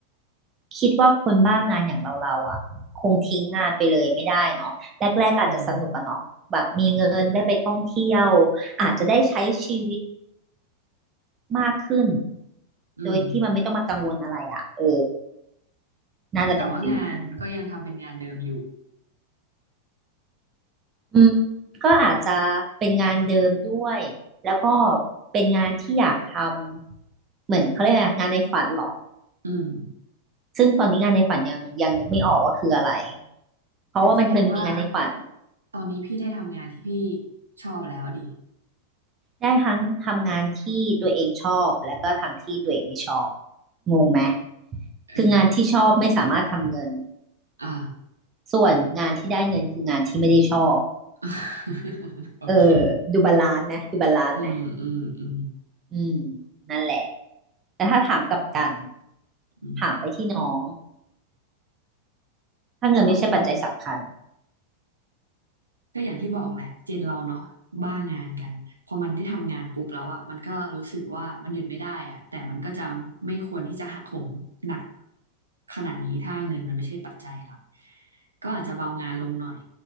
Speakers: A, on the right (about 25°); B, on the right (about 80°).
A: คิดว่าคนบ้างานอย่างเราเราอ่ะคงทิ้งงานไปเลยไม่ได้เนาะแรกๆก็อาจจะสนุกอะเนาะแบบมีเงินได้ไปท่องเที่ยว
B: อืม
A: อาจจะได้ใช้ชีวิตมากขึ้น
B: อืม
A: โดยที่มันไม่ต้องมากังวลอะไรอ่ะเออน่าจะเป็นฟิลนั้น
B: แต่ว่างานก็ยังทำเป็นงานเดิมอยู่
A: อืมก็อาจจะเป็นงานเดิมด้วยแล้วก็เป็นงานที่อยากทำเหมือนเขาเรียกไงงานในฝันเหรอ
B: อืม
A: ซึ่งตอนนี้งานในฝันยังยังนึกไม่ออกว่าคืออะไรเพราะว่ามันเคยมีงานในฝัน
B: งั้นแสดงว่าตอนนี้พี่ได้ทำงานที่พี่ชอบแล้วดิ
A: ได้ทั้งทำงานที่ตัวเองชอบแล้วก็ทางที่ตัวเองไม่ชอบงงไหม
B: เออ
A: คืองานที่ชอบไม่สามารถทำเงิน
B: อ่า
A: ส่วนงานที่ได้เงินคืองานที่ไม่ได้ชอบ
B: <laughs> โอเค
A: เออดูบาลานซ์ไหมดูบาลานซ์ไหม
B: อืมอืมอืม
A: อืมนั่นแหละแต่ถ้าถามกลับกัน
B: อืม
A: ถามไปที่น้องถ้าเงินไม่ใช่ปัจจัยสำคัญ
B: ก็ก็คง ก็อย่างที่บอกแหละเจนเราเนาะบ้างานกันพอมันได้ทำงานปุ๊บแล้วอ่ะมันก็รู้สึกว่ามันหยุดไม่ได้อ่ะแต่มันก็จะไม่ควรที่จะหักโหมหนักขนาดนี้ถ้าเงินมันไม่ใช่ปัจจัยหลักก็อาจจะเบางานลงหน่อย